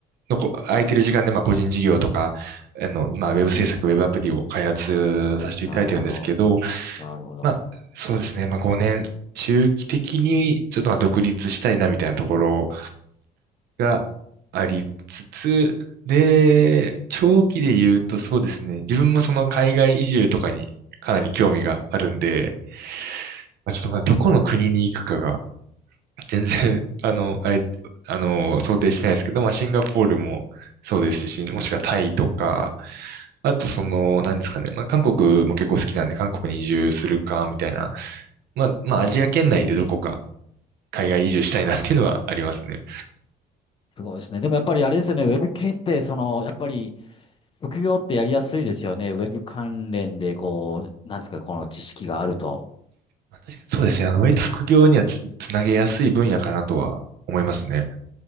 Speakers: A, on the right (about 70°); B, on the left (about 30°).
A: のこ、空いてる時間で、まあ個人事業とか、あの、まあウェブ制作、
B: い。うん。
A: ウェブアプリを開発させていただいてるんですけど、
B: なるほど。なるほど。
A: まあ、そうですね。まあ、5年、中期的にちょっとまあ独立したいなみたいなところがありつつ、で、
B: うん。
A: 長期で言うとそうですね。自分もその海外移住とかにかなり興味があるんで、まあ、ちょっとまあどこの国に行くかが全然、<laughs> あの、あれ、あの、想定してないですけど、まあ、シンガポールもそうですし、もしくはタイとか、あとその、なんですかね、まあ、韓国も結構好きなんで、韓国に移住するか、みたいな、まあ、まあ、アジア圏内でどこか海外移住したいなっていうのはありますね。
B: すごいですね。でもやっぱりあれですよね、ウェブ系って、その、やっぱり、副業ってやりやすいですよね。ウェブ関連で、こう、なんですか、この知識があると。
A: まあ、確かにそうですね、あの、割と副業にはつ、つなげやすい分野かなとは思いますね。